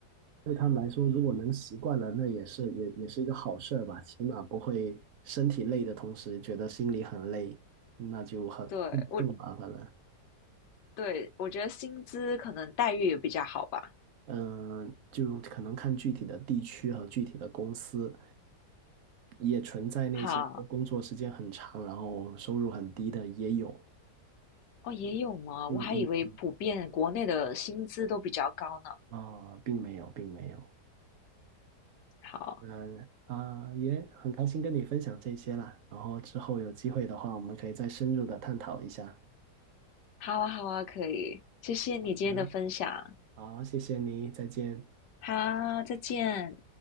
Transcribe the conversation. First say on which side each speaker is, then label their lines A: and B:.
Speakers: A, on the right; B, on the left.
A: 对他们来说，如果能习惯了，那也是也也是一个好事儿吧，起码不会身体累的同时觉得心里很累，那就很更更麻烦了。
B: 对，我，对，我觉得薪资可能待遇也比较好吧。
A: 嗯，就可能看具体的地区和具体的公司，也存在那些工作时间很长，
B: 哈，
A: 然后收入很低的也有。
B: 哦，也有吗？
A: 嗯嗯，
B: 我还以为普遍国内的薪资都比较高呢。
A: 啊，并没有，并没有。
B: 好，
A: 嗯啊，也很开心跟你分享这些啦。然后之后有机会的话，我们可以再深入的探讨一下。
B: 好啊，好啊，可以，谢谢你今天的分享。
A: 嗯，好，谢谢你，再见。
B: 好，再见。